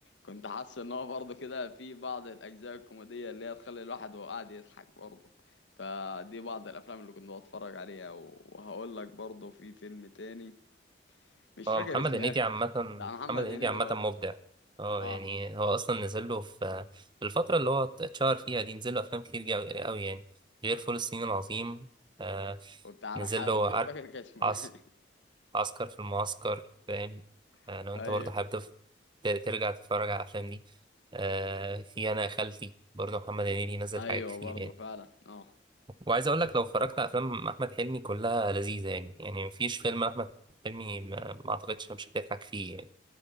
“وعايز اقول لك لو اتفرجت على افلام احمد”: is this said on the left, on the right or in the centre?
Right